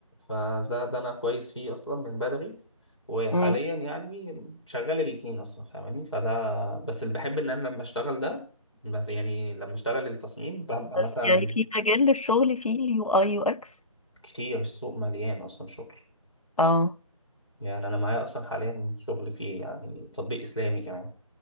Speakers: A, on the left; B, on the left.
A: فده ده انا كويس فيه اصلا من بدري وحاليا
B: امم
A: يعني شغال الاثنين اصلا فاهماني فده بس اللي بحب ان انا لما اشتغل ده بس يعني لما اشتغل التصميم ببقى
B: بس
A: مثلا
B: يعني في مجال للشغل فيه اليو اي يو اكس
A: كتير السوق مليان اصلا شغل
B: اه
A: يعني أنا معايا أصلا حاليا شغل فيه يعني تطبيق إسلامي كمان